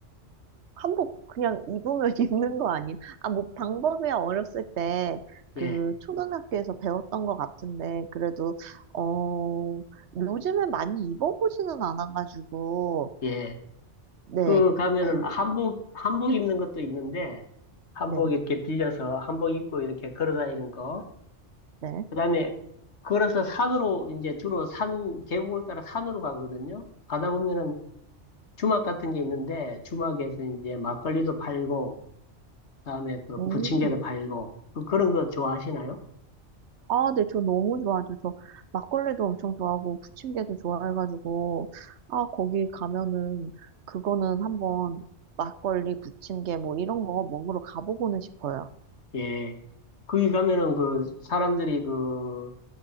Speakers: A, on the right; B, on the left.
A: 한복 그냥 입으면 <laughs> 입는 거 아니에요? 아, 뭐 방법이야 어렸을 때
B: 예.
A: 그 초등학교에서 배웠던 것 같은데 그래도 어 요즘에 많이 입어보지는 않아가지고
B: 예.
A: 네,
B: 그 가면은
A: 그,
B: 한복, 한복 입는 것도 있는데, 한복
A: 네,
B: 이렇게 빌려서 한복 입고 이렇게 걸어 다니는 거.
A: 네.
B: 그다음에 걸어서 산으로 이제 주로 산, 계곡을 따라 산으로 가거든요. 가다 보면은 주막 같은 게 있는데, 주막에서 이제 막걸리도 팔고, 그다음에 그
A: 오.
B: 부침개도 팔고, 그- 그런 거 좋아하시나요?
A: 아, 네, 저 너무 좋아하죠. 저 막걸리도 엄청 좋아하고 부침개도 좋아해가지고 아, 거기 가면은 그거는 한번 막걸리, 부침개 뭐 이런 거 먹으러 가보고는 싶어요.
B: 예. 거기 가면은 그 사람들이 그